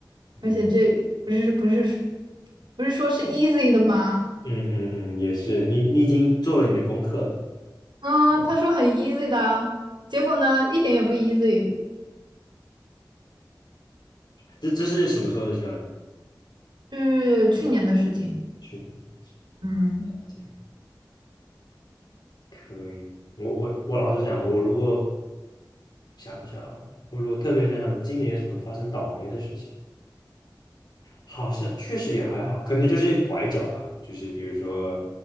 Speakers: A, on the left; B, on the right.
A: 嗯
B: 而且这不是不是不是说是 easy 的吗？
A: 嗯嗯嗯，也是，你你已经做了你的功课了，
B: 嗯，他说很 easy 的啊结果呢一点也不 easy。
A: 这这是什么时候的事儿？
B: 是去年的事情。
A: 去年
B: 嗯
A: 了解，可以。我我我老实讲，我如果想一下啊，我如果特别想想今年什么发生倒霉的事情。好像确实也还好，可能就是拐角吧，就是比如说